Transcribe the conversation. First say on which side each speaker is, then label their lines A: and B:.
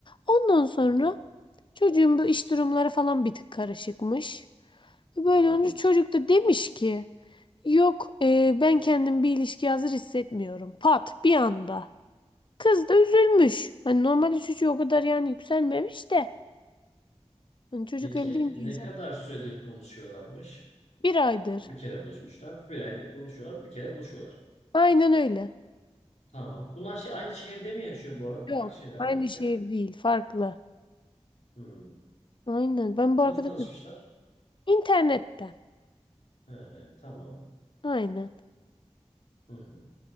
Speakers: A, on the left (about 45°); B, on the left (about 80°).
A: Ondan sonra
B: Hı hı.
A: çocuğun bu iş durumları falan bir tık karışıkmış. Böyle
B: Hı hı.
A: onu çocuk da demiş ki yok e, ben kendim bir ilişkiye hazır hissetmiyorum. Pat bir anda. Kız da üzülmüş. Hani normalde çocuğu o kadar yani yükselmemiş de. Hani çocuk
B: Peki
A: öyle deyince
B: ne
A: insan.
B: kadar süredir konuşuyorlarmış?
A: Bir aydır.
B: Bir kere buluşmuşlar. Bir aydır konuşuyorlar. Bir kere buluşuyorlar.
A: Aynen öyle.
B: Tamam. Bunlar şey, aynı şehirde mi yaşıyor bu arada?
A: Yok.
B: Farklı şehirlerde
A: Aynı
B: mi yaşıyor?
A: şehir değil. Farklı.
B: Hmm.
A: Aynen. Ben bu
B: Nasıl
A: arkadaşım.
B: tanışmışlar?
A: İnternetten.
B: He, tamam.
A: Aynen.
B: Hı hı.